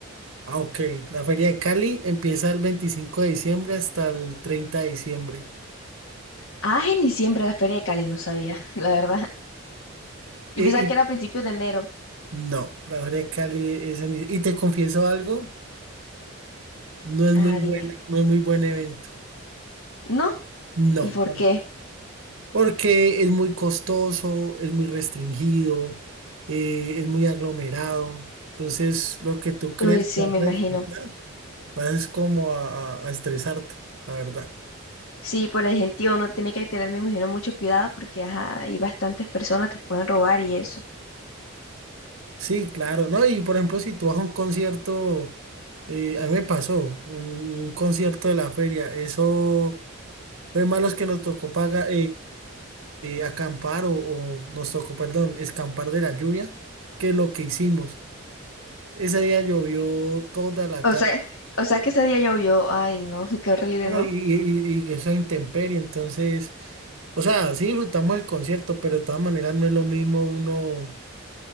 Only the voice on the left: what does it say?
Ah, en diciembre la Feria de Cali, no sabía, <laughs> la verdad. Yo
pensaba que
era a principios de enero.
Ah,
dime.
¿No?
¿Y por qué?
Uy, sí,
me imagino.
Sí, por el gentío uno tiene que tener, me imagino, mucho cuidado porque ajá, hay bastantes personas, te pueden robar y eso.
O
sea, o sea que ese día llovió. Ay, no, <laughs> qué horrible,
¿no?